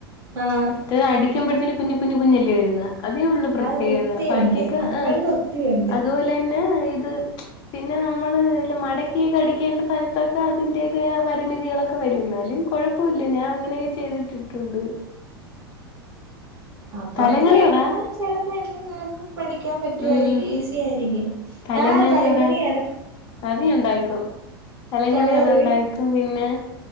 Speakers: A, on the right (about 75°); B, on the left (about 35°).
A: ആഹ്
B: ത്ത് അടിക്ക്യുമ്പഴത്തേന് കുഞ്ഞ് കുഞ്ഞ് കുഞ്ഞല്ലേ വരുന്നെ. അതേ ഉള്ളൂ പ്രത്യേകത
A: അത് വൃത്തിയുണ്ട്
B: ബാക്കിയൊക്കെ
A: അപ്പഴ്
B: ആഹ്
A: വൃത്തിയുണ്ട്
B: അതുപോലെ തന്നെ ഇത് പിന്നെ നമ്മള് ല്ലെ മടക്കിയൊക്കെ അടിക്കേണ്ട സ്ഥലത്തൊക്കെ അതിന്റെതായ പരിമിതികളൊക്കെ വരും എന്നാലും കൊഴപ്പംല്ല ഞാൻ അങ്ങനെ ചെയ്തിട്ടിട്ടുണ്ട്
A: അപ്പൊ
B: തലങ്ങണി
A: നീ മേടിച്ചാ
B: പറ
A: ചെലപ്പോനി നിനക്ക് പഠിക്കാൻ പറ്റുവായിരിക്കും
B: ഉം
A: ഈസി ആയിരിക്കും
B: തലങ്ങണി
A: ആഹ് തലങ്ങിണിയാണോ
B: പറ അത് ഞാ ഉണ്ടായെക്കും തലങ്ങിണിയാണോ
A: കവറ്
B: ഇണ്ടക്ക് അതും പിന്നെ